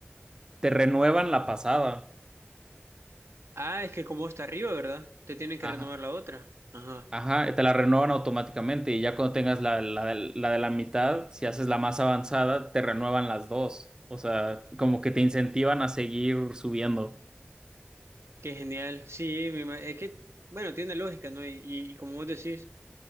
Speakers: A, on the right; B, on the right.
A: te renuevan la pasada.
B: Ah, es que como está arriba, ¿verdad? Te tienen que
A: Ajá.
B: renovar la otra. Ajá,
A: Ajá, te la renuevan automáticamente y ya cuando tengas la, la, la de la mitad, si haces la más avanzada, te renuevan las dos. O sea, como que te incentivan a seguir subiendo.
B: qué genial. Sí, me ima- es que, bueno, tiene lógica, ¿no? Y, y y como vos decís.